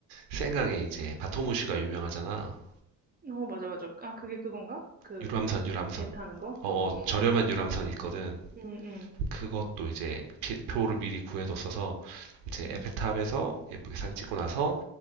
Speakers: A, on the right; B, on the right.
A: 센강에 이제 바토무슈가 유명하잖아.
B: 어, 맞아, 맞아. 아, 그게 그건가? 그,
A: 유람선 유람선.
B: 배 타는 거?
A: 어,
B: 어,
A: 어 저렴한 유람선 있거든.
B: 음, 음,
A: 그것도 이제 표를 미리 구해뒀어서 이제 에펠탑에서
B: 음.
A: 예쁘게 사진 찍고 나서